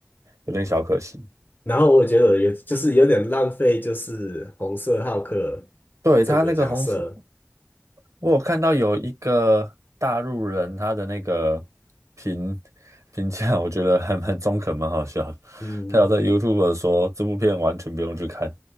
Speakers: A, on the right (about 80°); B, on the left (about 35°).
A: 有点小可惜。
B: 然后我觉得有就是有点浪费，就是红色浩克
A: 对，
B: 这个角色。
A: 他那个红色。我有看到有一个大陆人，他的那个评评价，我觉得还蛮中肯，蛮好笑的。
B: 嗯，
A: 他有在 YouTube 说这部片完全不用去看，